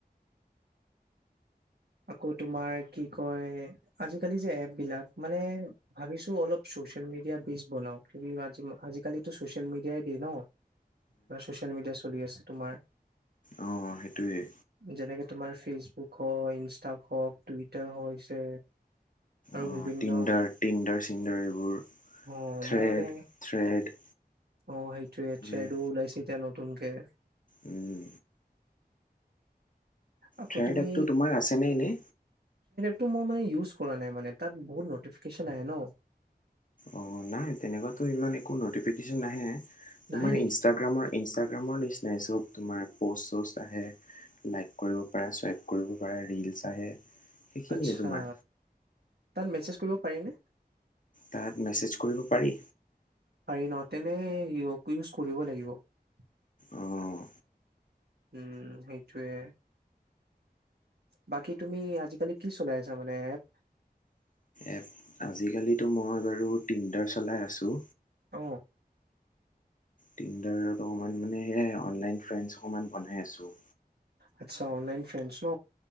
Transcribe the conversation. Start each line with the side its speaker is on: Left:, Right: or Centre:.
Right: আকৌ তোমাৰ কি কয় আজিকালি যে এপ বিলাক মানে ভাবিছো অলপ চচিয়েল মিডিয়া বেচ বনাও আজিকালি চচিয়েল মিডিয়াই দেই ন বা ছচিয়েল মিডিয়া চলি আছে তোমাৰ
Left: অ', অ' সেইটোৱেই।
Right: যেনেকে তোমাৰ ফেচবুক হয় ইনষ্টাক হওক টুইটাৰ হৈছে। আৰু
Left: অ'
Right: বিভিন্ন
Left: টিন্ডাৰ টিন্ডাৰ চিন্ডাৰ এই <unintelligible>
Right: অ
Left: থ্ৰেড
Right: মই মানে
Left: থ্ৰেড
Right: অ সেই ট্ৰেড থ্ৰেড
Left: এয়া।
Right: ও ওলাইছে এতিয়া ন নতুনকে
Left: উম
Right: আকৌ
Left: ট্ৰেড
Right: তুমি
Left: এপটো তোমাৰ আছেনে নে এনে
Right: এটো মই মানে ইউচ কৰা নাই মানে তাত বহুত নটিফিকেচন আহে ন।
Left: অ' নাই, তেনেকুৱাতো ইমান একো নটিফিকেশ্যন নাহে।
Right: নাহে
Left: তোমাৰ
Right: নেকি
Left: ইনষ্টাগ্ৰামৰ ইনষ্টাগ্ৰামৰ নিচিনাই চব। তোমাৰ প'চ চচ আহে। লাইক কৰিব পাৰা স্বাইপ কৰিব পাৰে। ৰিলচ আহে। সেইখিনিয়ে
Right: আচছা
Left: তোমাৰ
Right: তাত মেচেজ কৰিব পাৰিনে?
Left: তাক মেছেজ কৰিব পাৰি।
Right: পাৰি ন। তেনে ইউক-ইউজ কৰিব লাগিব। উম
Left: অ'
Right: সেইটোয়ে। বাকী তুমি আজিকালি কি চলাই আছা মানে এপ
Left: এপ আজিকালিতো মই বাৰু তিন্দাৰ চলাই আছো।
Right: অ
Left: তিনদাৰত অকণমান মানে সেয়াই অনলাইন ফ্ৰেন্ডছ অকণমান বনাই আছোঁ।
Right: আচ্ছা অনলাইন ফ্ৰেণ্ডছ ন।